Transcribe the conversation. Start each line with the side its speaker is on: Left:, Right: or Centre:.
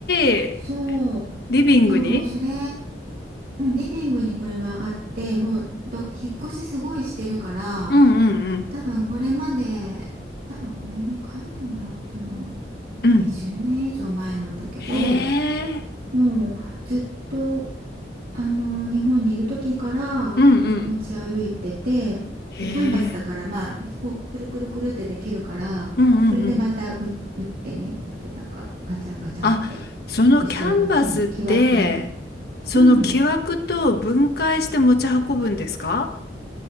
Left: い。
Right: そう。
Left: リビングに
Right: でももうそれ、うん、リビングにこれはあって、もうど、引っ越しすごいしてるから、
Left: うんうんうん。
Right: 多分これまで、多分これね、書いてもらったの、
Left: うん。
Right: 20年以上前なんだけど、
Left: へえ。
Right: もうずっと、あの、日本にいる時から持ち歩いてて、
Left: うんうん。へえ。
Right: で、キャンバスだから、まあ、こう、くるくるくるってできるから、
Left: うんうん
Right: それでまたう打ってね、こうやってなんか、ガチャンガチャンって、
Left: あ、そのキャンバスって、
Right: 後ろの金ね、木枠に、
Left: その木枠と分解して持ち運ぶんですか
Right: うん、